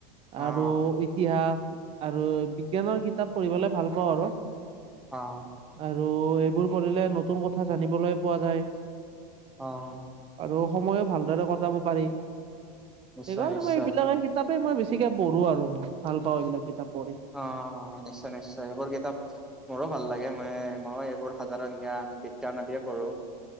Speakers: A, on the right; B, in the centre.
A: আৰু
B: অ
A: ইত - তিহাস আৰু বিজ্ঞানৰ কিতাপ পঢ়িবলে ভাল পাওঁ আৰু।
B: অ'।
A: আৰু এইবোৰ কৰিলে নতুন কথা জানিবলৈ পোৱা যায়।
B: অহ।
A: আৰু সময়ো ভালদৰে কটাব পাৰি। সেইকাৰণে
B: নিশ্চয় নিশ্চয়
A: মই এইবো- তাপেই মই বেছিকে পঢ়োঁ আৰু মই। ভাল পাওঁ এইবিলাক কিতাপ পঢ়ি।
B: অ', নিশ্চয় নিশ্চয়। এইবোৰ কিতাপ- মোৰো ভাল লাগে। মই-মই এইবোৰ সাধাৰণ জ্ঞান, বিজ্ঞান আদিয়ে পঢ়োঁ।